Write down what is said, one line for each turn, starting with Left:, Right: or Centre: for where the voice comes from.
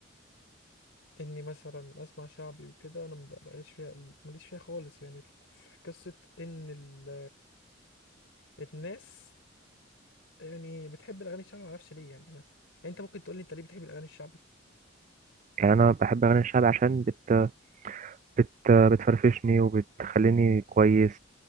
Left: اني مثلا اسمع شعبي وكده انا ما بقاش فيها ماليش فيها خالص يعني في قصه ان ال... الناس يعني بتحب الاغاني الشعبي ما اعرفش ليه يعني انا يعني انت ممكن تقول لي انت ليه بتحب الاغاني الشعبي
Right: يعني انا بحب اغاني الشعب عشان بت... بت... بتفرفشني وبتخليني كويس